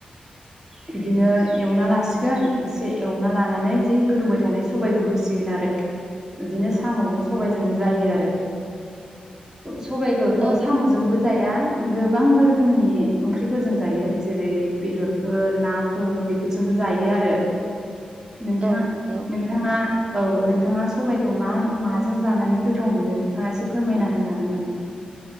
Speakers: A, on the right; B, on the right.
A: <inaudible>
B: बिदिनो एवना लासिगोन एसे एवना लानानै जै गोदौबाय थानाय सबायखौ होसिगोन आरो। बिदिनो साम'जों सबायजों
A: औ
B: जायो आरो सबायखौथ'
A: ओ
B: साम'जोंबो जाया गोबां रोखोमनि ओंख्रिफोरजों जायो जेरै बेदरफोर नाफोर बेफोरजोंबो जायो आरो नोंथां
A: औ नंगौ
B: नोंथाङा औ नोंथाङा सबाइखौ मा माजों जानानै गोथाव मोनो नोंथाङा एसे फोरमायना होनो हागोन नामा?